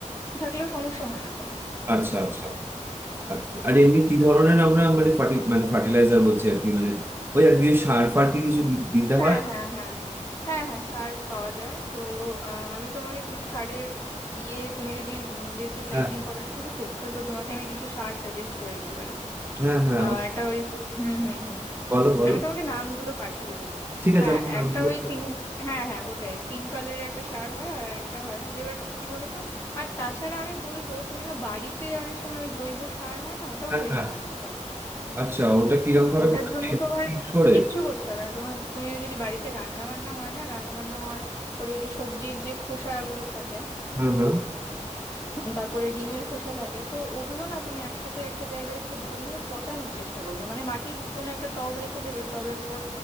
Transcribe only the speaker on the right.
আচ্ছা আচ্ছা আর আর এমনি কি ধরনের আমরা মানে ফার্টি মানে ফার্টিলাইজার বলছি আর কি মানে ওই আর কি সার ফার কি কিছু দি- দিতে
হয়
হ্যাঁ
হ্যাঁ হ্যাঁ
বলো বলো
ঠিক আছে
আমাকে নামগুলো
একটু
বলো।
হ্যাঁ
হ্যাঁ
আচ্ছা ওটা কিরম ভাবে
হিট করে
হ্যাঁ হ্যাঁ